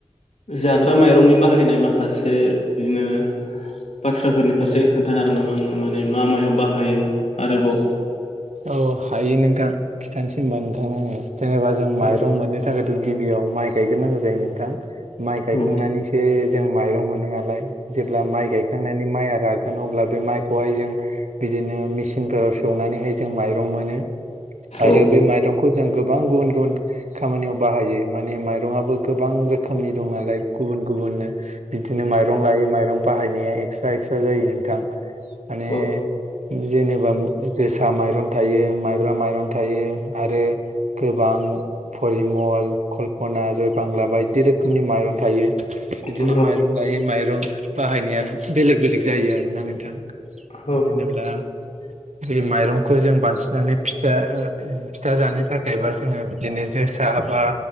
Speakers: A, on the left; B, on the right.
A: जाग्रा माइरंनि बाहायनाय माखासे बिदिनो बाथ्राफोरनि
B: औ
A: फारसे खोन्थानो हागोन नामा आंनो माने मा मायाव बाहायो आरोबाव
B: औ हायो नोंथां खिथानोसै होनबा नोंथां ओ जेनेबा जों माइरं
A: औ
B: मोनो थाखायथ' गिबियाव माइ गायग्रोनांगौ जायो नोंथां माइ गायखांनानैसो
A: औ
B: जों माइरं मोनो नालाय जेब्ला माइ गायखांनानै बे माइआ रागोन अब्ला बे माइखौहाइ जों बिदिनो मिसिनफोराव सौनानै हो जों माइरं मोनो आरो
A: औ
B: बे माइरंखौ जों गोबां गुबुन गुबुन खामानियाव बाहायो माने माइरंआबो गोबां रोखोमनि दं नालाय गुबुन गुबुननो बिदिनो माइरं
A: औ
B: लायो माइरं बाहायनाया एक्सट्रा एक्सट्रा जायो नोंथां, माने
A: औ
B: जेनेबा जोसा माइरं थायो माइब्रा माइरं थायो आरो गोबां परिमल कल्पना जयबांला बायदि रोखोमनि माइरं थायो बिदिनो
A: अ
B: माइरं लायै माइरं बाहायनाया बेलेग बेलेग जायो आरो ना नोंथां
A: औ
B: <unintelligible> बे माइरंखौ जों बासिनानै फिथा जानो थाखायबा जोङो बिदिनो जोसा, बा